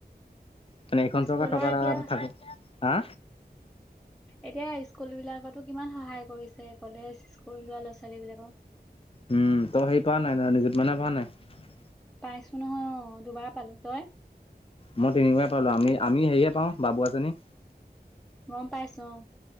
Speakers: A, on the left; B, in the centre.
A: মানে এইখন <unintelligible>
B: স্কুলৰ
A: টকা
B: এতিয়া
A: থাকে হা
B: এতিয়া স্কুল বিলাকতো কিমান সহায় কৰিছে কলেজ স্কুল যোৱা ল'ৰা ছোৱালী বিলাকক। <inaudible>
A: উম, তো সেই হেৰি কৰা নাই ন নিযুতম ইনা কৰা নাই।
B: পাইছো নহয় অ', দুবাৰ পালো তই
A: মই তিনিবাৰ পালো আমি আমি হেৰিয়ে পাওঁ বাবু আঁচনি।
B: গম পাইছোঁ অ'।